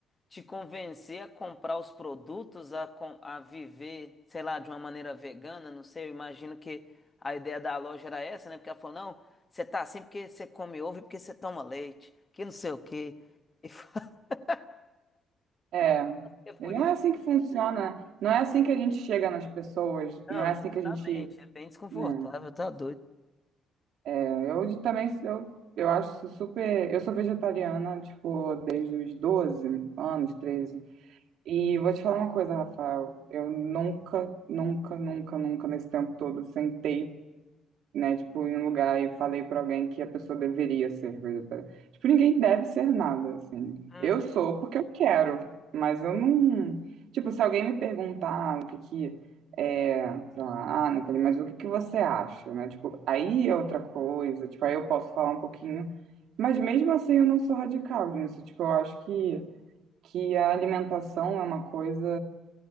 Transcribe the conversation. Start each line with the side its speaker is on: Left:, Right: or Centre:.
Left: te convencer a comprar os produtos, a, com- a viver, sei lá, de uma maneira vegana, não sei, eu imagino que a ideia da loja era essa, né? Porque ela falou, não, você tá assim porque você come ovo e porque você toma leite, que não sei o quê. E <laughs>
Right: É,
Left: é por
Right: não
Left: isso
Right: é assim que funciona, não é assim
Left: que...
Right: que a gente chega nas pessoas,
Left: Não,
Right: não é assim
Left: justamente,
Right: que a gente,
Left: é bem desconfortável,
Right: né?
Left: tá doido.
Right: É, Eu de- também, eu, eu acho super, eu sou vegetariana, tipo, desde os 12 anos, 13. e vou te falar uma coisa, Rafael, eu nunca, nunca, nunca, nunca, nesse tempo todo, sentei né? Tipo, em um lugar e falei pra alguém que a pessoa deveria ser vegetariana. Tipo, ninguém deve ser nada, assim.
Left: Uhum.
Right: Eu sou porque eu quero, mas eu não. Tipo, se alguém me perguntar o que que é, sei lá, ah, Nathalie, mas o que que você acha, né? Tipo, aí é outra coisa, tipo, aí eu posso falar um pouquinho, mas mesmo assim eu não sou radical nisso. Tipo, eu acho que, que a alimentação é uma coisa